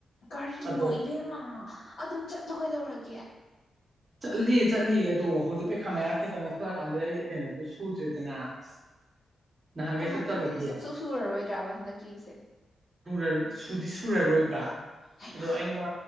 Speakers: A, on the left; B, on the right.
A: ꯀꯔꯤꯅꯣ
B: ꯑꯗꯣ
A: ꯏꯕꯦꯝꯃ ꯑꯗꯨꯝ ꯆꯠꯂꯣ ꯀꯩꯗꯧꯔꯒꯦ
B: ꯆꯠꯂꯤ ꯆꯠꯂꯤ ꯑꯗꯣ ꯍꯧꯖꯤꯛ ꯄꯩꯈꯥ ꯃꯌꯥ ꯈꯛꯇꯪ ꯅꯛꯁꯜꯂ ꯀꯥꯟꯗ ꯑꯩ ꯑꯦꯇꯦꯟꯗꯦꯟꯁꯇꯨ ꯁꯨꯗ꯭ꯔꯦꯗꯅ <inaudible> ꯅꯍꯥꯟꯒꯩ
A: ꯀꯃꯥꯏꯅ
B: ꯆꯠꯇꯕꯒꯤ
A: ꯍꯥꯏꯗꯤ ꯁꯨꯛꯁꯨ ꯁꯨꯔꯔꯣꯏꯗ꯭ꯔꯕ ꯍꯟꯗꯛꯀꯤꯁꯦ
B: ꯁꯨꯔ ꯁꯨꯗꯤ ꯁꯨ ꯄꯨꯔꯔꯣꯏꯕ
A: ꯍꯩꯃꯥ
B: ꯑꯗꯣ ꯑꯩꯅ